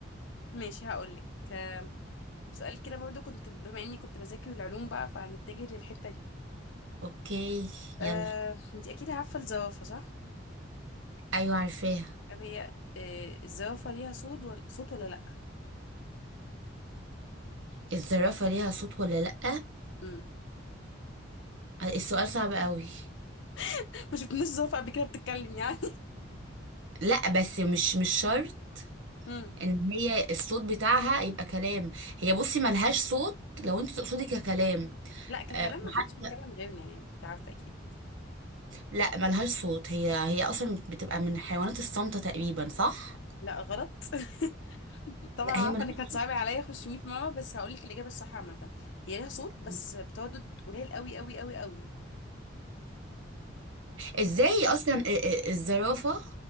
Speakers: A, on the left (about 70°); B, on the right (about 75°).
A: ماشي هقولك آم، سؤال كده برضو كنت بما اني كنت بذاكر العلوم بقى فهنتجه للحتة دي
B: اوكي
A: آه،
B: يلا
A: انت اكيد عارفة الزرافة صح
B: أيوة عارفاها
A: طب هي آه، الزرافة ليها صوت ولا صوت ولا لا
B: الزرافة ليها صوت ولا لأ
A: مم.
B: آه، السؤال صعب قوي
A: <laughs> ما شفناش زرافة قبل كده بتتكلم يعني
B: لأ بس مش مش شرط
A: <laughs> مم.
B: ان هي الصوت بتاعها يبقى كلام هي بصي ملهاش صوت لو انت تقصدي ككلام
A: لا ككلام
B: أه
A: ما
B: وحتى
A: حدش بيتكلم غيرنا يعني مش عارفة اكيد
B: لا ملهاش صوت هي هي اصلا بتبقى من الحيوانات الصامتة تقريبا صح
A: لا غلط <laughs> طبعا
B: لا
A: انا
B: هي
A: عارفه
B: ملهاش
A: انك هتصعبي عليا اخش 100 مره بس هقول لك الاجابه الصح عامه هي ليها صوت بس
B: صوت.
A: بتردد قليل قوي قوي قوي قوي
B: ازاي اصلا ال- ال- الزرافة